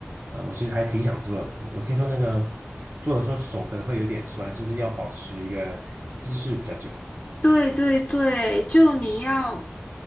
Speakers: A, on the right (about 65°); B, on the left (about 20°).
A: 啊、我其实还挺想做的，我听说那个做的时候手可能会有点酸，是不是要保持一个姿势比较久？
B: 对对对，就你要